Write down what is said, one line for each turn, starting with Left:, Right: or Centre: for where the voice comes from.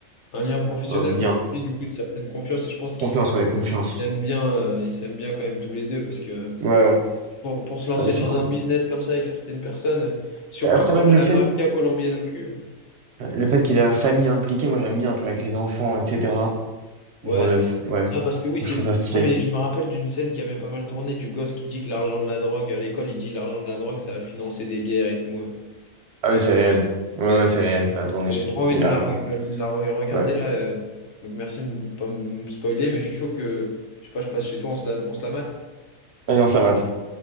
Left: Un lien professionnel,
Right: Euh, bien.
Left: mais aussi du coup une certaine confiance. Et je pense qu'ils
Right: Confiance, ouais, confiance.
Left: s'aiment bien, euh, ils s'aiment bien quand même tous les deux, parce que
Right: Ouais, ouais.
Left: pour, pour se lancer
Right: Euh, c'est
Left: dans
Right: cool.
Left: un business comme ça avec certaines personnes, euh, surtout
Right: Après,
Left: quand
Right: même le
Left: t'as
Right: fait,
Left: la mafia colombienne au cul.
Right: le fait qu'il y ait la famille impliquée, moi j'aime bien, tu vois, avec les enfants, etc.
Left: Ouais.
Right: Genre le. f- Ouais.
Left: Ah, parce que oui, c'est.
Right: Je trouve ça stylé.
Left: Ah, mais je me rappelle d'une scène qui avait pas mal tourné du gosse qui dit que l'argent de la drogue, à l'école, il dit l'argent de la drogue, ça a financé des guerres et tout.
Right: Ah oui, c'est réel. Ouais,
Left: ouais.
Right: ouais, c'est réel, ça a tourné.
Left: J'ai trop envie
Right: Mais
Left: de
Right: il
Left: me
Right: a.
Left: la, re-
Right: Ouais.
Left: euh, me la re- regarder
Right: Ouais.
Left: là. euh. Donc merci de ne pas me spoiler, mais je suis chaud que, je sais pas, je passe chez toi, on se la, on se la mate.
Right: Ah non, la mate.